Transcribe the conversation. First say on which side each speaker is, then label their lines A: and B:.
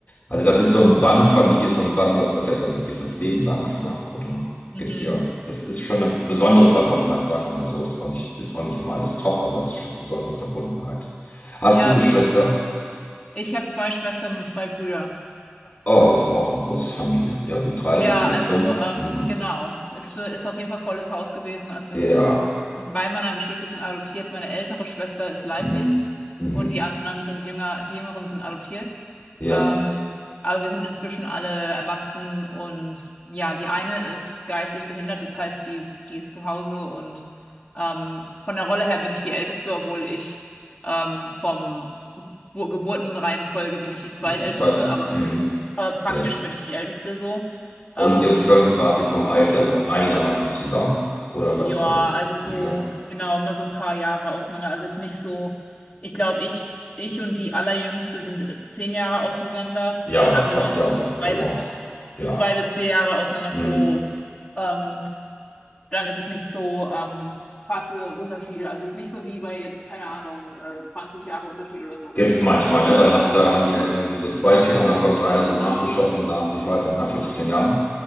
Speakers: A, on the left; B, on the left.
A: also das ist so ein Band, Familie ist so ein Band, dass das halt dann wirklich das Leben lang, ne? Oder
B: Mhm.
A: gibt ja, es ist schon eine besondere Verbundenheit, sagen wir mal so. Ist auch nicht, ist auch nicht immer alles top, aber es ist schon eine besondere Verbundenheit. Hast
B: Ja,
A: du
B: also
A: Geschwister?
B: ich habe zwei Schwestern und zwei Brüder.
A: Oh, es war auch eine große Familie. Ja, wir drei
B: Ja,
A: und ihr
B: also
A: fünf.
B: ähm,
A: Mhm.
B: genau. Ist, äh, ist auf jeden Fall volles Haus gewesen, als wir
A: Ja.
B: groß geworden sind. Drei meiner Geschwister sind adoptiert. Meine ältere Schwester ist leiblich
A: Mhm. Mhm.
B: und die anderen sind jünger, die Jüngeren sind adoptiert.
A: Ja.
B: Ähm, aber wir sind inzwischen alle erwachsen und ja, die eine ist geistig behindert, das heißt, die, die ist zu Hause und ähm, von der Rolle her bin ich die Älteste, obwohl ich ähm, vom Bo- Geburtenreihenfolge bin ich die Zweitälteste,
A: Du bist die zweite.
B: aber,
A: Mhm.
B: aber praktisch
A: Ja.
B: bin ich die Älteste so.
A: Und
B: Ähm,
A: ihr fünf wart ihr vom Alter so einigermaßen zusammen? Oder
B: ja,
A: gab es da irgendwie?
B: also so,
A: Ja.
B: genau, immer so ein paar Jahre auseinander. Also jetzt nicht so, ich glaube, ich, ich und die Allerjüngste sind zehn Jahre auseinander.
A: Ja, aber
B: Also
A: das passt
B: immer so
A: ja
B: zwei
A: genau.
B: bis,
A: Ja.
B: so zwei bis vier Jahre auseinander
A: Mhm.
B: pro. Ähm, dann ist es nicht so ähm, krasse Unterschiede. Also jetzt nicht so wie bei jetzt, keine Ahnung, äh, 20 Jahre Unterschied oder so.
A: Gibt's manchmal, ne? Dann hast du, haben die Eltern irgendwie so zwei Kinder und dann kommt einer so nachgeschossen nach, ich weiß nicht, nach 15 Jahren.